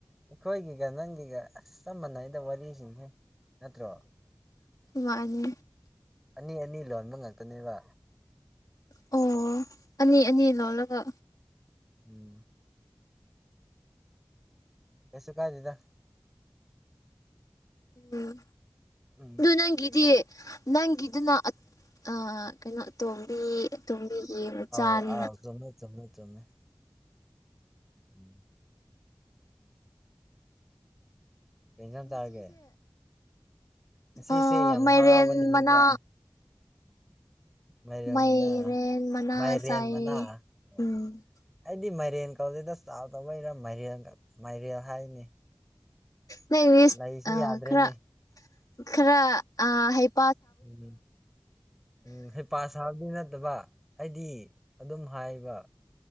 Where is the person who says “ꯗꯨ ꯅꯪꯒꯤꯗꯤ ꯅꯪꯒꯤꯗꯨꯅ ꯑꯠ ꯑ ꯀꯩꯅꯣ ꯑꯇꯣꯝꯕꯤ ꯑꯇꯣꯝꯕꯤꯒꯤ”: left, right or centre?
Left